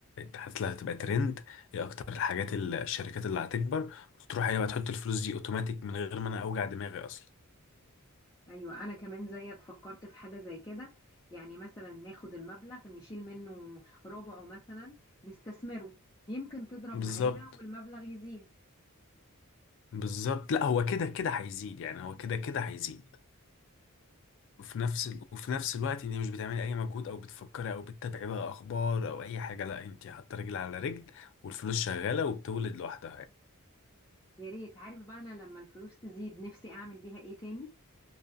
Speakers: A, on the left; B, on the left.
A: هت- اللي هتبقى ترند ايه اكتر الحاجات اللي الشركات اللي هتكبر وتروح هي بقى تحط الفلوس دي اوتوماتيك من غير ما انا اوجع دماغي اصلا
B: ايوه انا كمان زيك فكرت في حاجة زي كده يعني مثلا ناخد المبلغ نشيل منه ربعه مثلا نستثمره يمكن تضرب
A: بالظبط
B: معانا والمبلغ يزيد
A: بالظبط لا هو كده كده هيزيد يعني هو كده كده هيزيد وفي نفس ال... وفي نفس الوقت انت مش بتعملي اي مجهود او بتفكري او بتتابعي بقى اخبار او اي حاجه لا انت حاطه رجل على رجل والفلوس شغاله وبتولد لوحدها
B: يا ريت عارف بقى انا لما الفلوس تزيد نفسي اعمل بيها ايه تاني